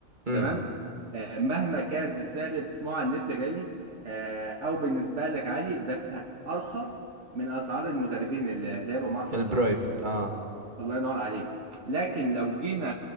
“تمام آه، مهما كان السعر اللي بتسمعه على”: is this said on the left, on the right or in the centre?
Right